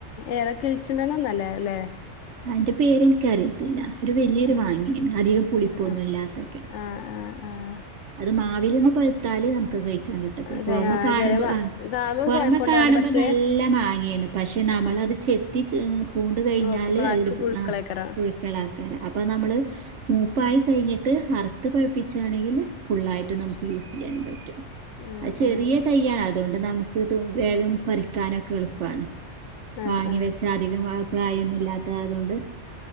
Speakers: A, on the left; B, on the right.
A: ഏതാ കിളിച്ചുണ്ടൻഒന്നല്ല ല്ലേ
B: അതിൻ്റെ പേരെ എനിക്കറിയത്തില്ല ഒരു വലിയൊരു
A: ആഹ്
B: മാങ്ങിയാണ് അധികം പുളിപ്പൊന്നും
A: ആഹ്
B: ഇല്ലാത്തക്കെ
A: ആഹ് ആഹ് ആഹ്
B: അത് മാവിൽന്ന് പഴുത്താൽ നമുക്ക് കഴി കിട്ടത്തില്ല
A: അതെ
B: പുറമെ
A: ആ
B: കാണുമ്പോ
A: ചെല മാ
B: ആ
A: കാണുമ്പോ
B: പുറമെ
A: കൊഴപ്പണ്ടാവൂല
B: കാണുമ്പോ
A: പക്ഷെ
B: നല്ല മാങ്ങയാണ് പക്ഷെ
A: ആ
B: നമ്മൾത് ചെത് ത്തി പൂണ്ട് കഴിഞ്ഞാല്
A: നോക്കുമ്പോ നാക്ക്
B: അതിൽ
A: പുഴുക്കളേക്കാരം
B: ആപുഴ് കളക്കാരം അപ്പൊ നമ്മള് മൂപ്പായി കഴിഞ്ഞിട്ട് അറുത്ത് പഴിപ്പിച്ചാണെങ്കില് ഫുള്ളായിട്ട് നമുക്ക് യൂസ് ചെയ്യാനും പറ്റും
A: ആ
B: അഹ് ചെറിയ
A: ആ
B: തയ്യാണ് അതുകൊണ്ട് നമുക്ക് വേഗം പറിക്കാനൊക്കെ എളുപ്പാണ്
A: ആ
B: വാങ്ങി
A: ആ
B: വെച്ചാൽ അതികം പ്രായന്നും ഇല്ലാത്തായതുകൊണ്ട്